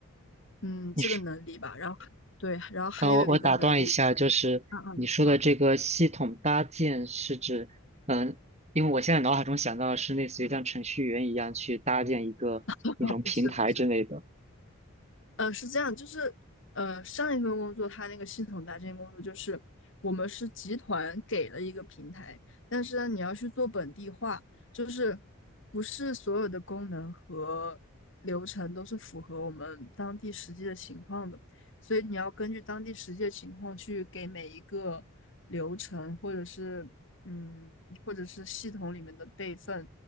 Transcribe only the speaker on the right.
你
啊，我我打断一下，就是你说的这个系统搭建是指，
嗯，因为我现在脑海中想到的是类似于像程序员一样去搭建一个那种平台之类的。